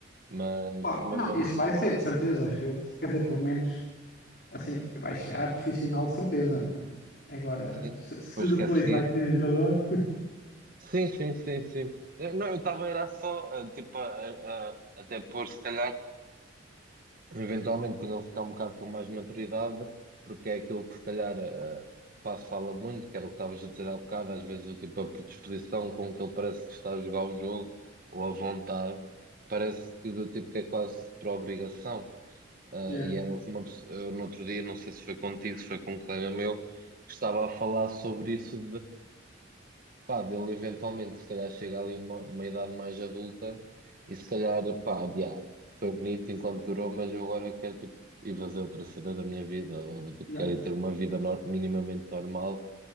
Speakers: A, on the right (about 50°); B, on the left (about 55°).
A: mas,
B: Pá,
A: mas
B: não,
A: vamos
B: isso
A: ver.
B: vai ser, de certeza, acho eu. Quer dizer, pelo menos, assim, vai chegar a profissional, de certeza, né? Agora,
A: <laughs> Depois
B: se, se depois
A: quer seguir.
B: vai ser jogador.
A: Sim, sim, sim, sim. Eu- Não, eu estava era só, eh, tipo, a, a- a- até pôr, se calhar, eventualmente, quando ele ficar um bocado com mais maturidade, porque é aquilo que, se calhar, eh, o Passo fala muito, que era o que estavas a dizer há bocado, às vezes, o tipo, a predisposição com que ele parece que está a jogar o jogo, ou a vontade, parece que do tipo que é quase por obrigação. Eh,
B: Yeah,
A: e era o que uma pessoa, eu, no outro dia, não sei se foi contigo, se foi com um colega meu, que estava a falar sobre isso pá, dele eventualmente, se calhar chega ali uma, uma idade mais adulta e se calhar, pá, já, foi bonito enquanto durou, mas eu agora quero, tipo, ir fazer outra cena da minha vida, ou do tipo,
B: yeah.
A: quero ir ter uma vida nor- minimamente normal,